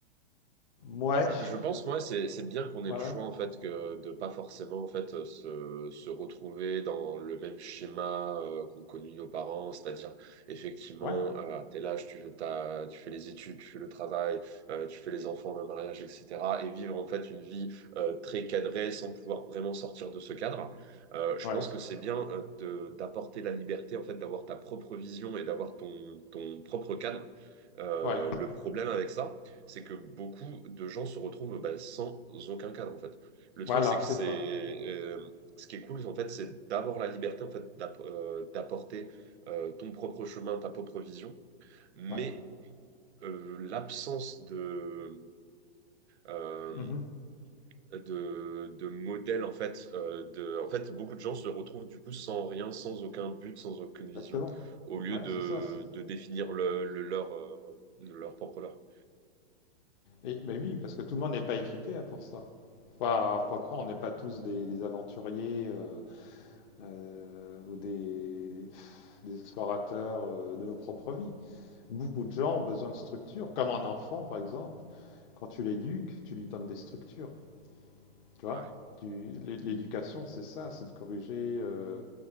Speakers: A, on the left; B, on the right.
A: Ouais.
B: Je je pense, moi, c'est c'est bien qu'on ait
A: Ouais.
B: le
A: Ouais.
B: choix, en fait, que de pas forcément, en fait, euh, se, se retrouver dans le même schéma euh, qu'ont connu nos parents, c'est-à-dire, effectivement,
A: Ouais.
B: euh, à tel âge, tu fais, ta- tu fais les études, tu fais le travail, euh, tu fais les enfants, le mariage, etc., et vivre, en fait, une vie euh, très cadrée sans pouvoir vraiment sortir de ce cadre. Euh, je
A: Ouais.
B: pense que c'est bien euh, de, d'apporter la liberté, en fait, d'avoir ta propre vision et d'avoir ton, ton propre cadre. Euh,
A: Ouais.
B: le problème avec ça, c'est que beaucoup de gens se retrouvent bah, sans aucun cadre, en fait. Le truc,
A: Voilà,
B: c'est que
A: c'est
B: c'est...
A: ça.
B: euh, ce qui est cool, en fait, c'est d'avoir la liberté, en fait, d'app- euh, d'apporter euh, ton propre chemin, ta propre vision, mais
A: Ouais.
B: euh, l'absence de... euh,
A: Mhm.
B: de, de modèle en fait euh, de en fait beaucoup de gens se retrouvent du coup sans rien sans aucun but sans aucune vision
A: Exactement.
B: au lieu
A: Ouais,
B: de,
A: c'est ça.
B: de définir le, le leur euh, leur propre leur
A: Et, mais oui, parce que tout le monde n'est pas équipé hein, pour ça. Faut pas, faut pas croire, on n'est pas tous des, des aventuriers euh, euh, ou des, des explorateurs euh, de nos propres vies. Beaucoup de gens ont besoin de structures, comme un enfant par exemple. Quand tu l'éduques, tu lui donnes des structures. Tu vois
B: Ouais.
A: Du- l'é- L'éducation, c'est ça, c'est de corriger euh,